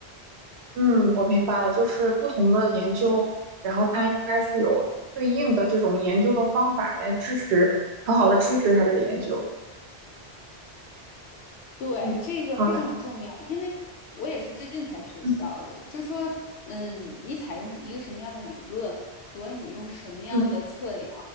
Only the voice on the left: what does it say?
对，
对，
这个非常重要，
因为我也是最近才学习到的，
就说，嗯，你采用是一个什么样的理论和你用什么样的测量